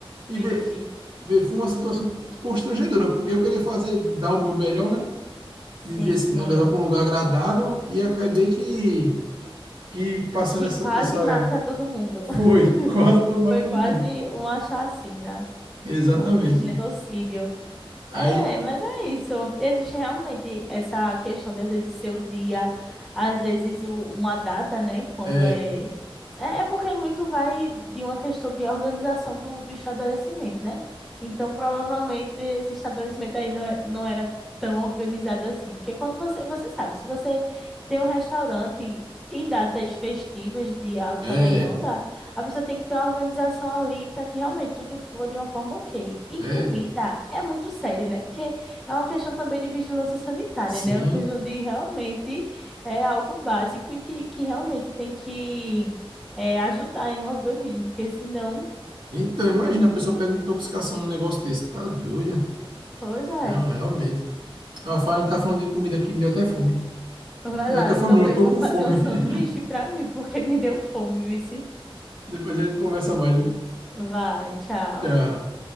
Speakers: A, on the right; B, in the centre.
A: E
B: Vixe.
A: vê, foi uma situação constrangedora, porque eu queria fazer, dar o meu melhor, né?
B: Sim,
A: De dizer assim,
B: sim.
A: não levar para um lugar agradável e acabei que, que passando
B: Que
A: essa,
B: quase
A: essa.
B: mata todo mundo. <laughs>
A: Foi, <laughs> quase tomar
B: Foi
A: todo
B: quase
A: mundo.
B: uma chacina,
A: Exatamente.
B: um genocídio.
A: Aí,
B: É, mas é isso. Existe realmente essa questão de às vezes ser o dia, às vezes o- uma data, né? Quando
A: é,
B: é. É é porque muito vai de uma questão de organização do, do estabelecimento, né? Então, provavelmente, esse estabelecimento aí não, é- não era tão organizado assim. Porque quando você, você sabe, se você tem um restaurante em datas festivas de alta
A: é,
B: demanda, a pessoa tem que ter uma organização ali para que realmente tudo flua de uma forma ok. E
A: é,
B: comida é muito sério, né? Porque é uma questão também de vigilância sanitária,
A: sim.
B: né? É uma questão de realmente é algo básico e que, que realmente tem que é, ajudar aí no organismo, porque senão,
A: Então, imagina, a pessoa pega uma intoxicação num negócio desse. Tá doida?
B: pois é.
A: Não, realmente. Ah, fala- A gente tá falando de comida aqui, me deu até fome.
B: Vai
A: Não deu
B: lá,
A: até
B: eu
A: fome,
B: também
A: não, eu tô
B: vou
A: com
B: fazer
A: fome.
B: um sanduíche
A: <laughs>
B: para mim, porque <laughs> me deu fome, vice.
A: Depois a gente conversa mais, né?
B: Vai, tchau.
A: Tchau.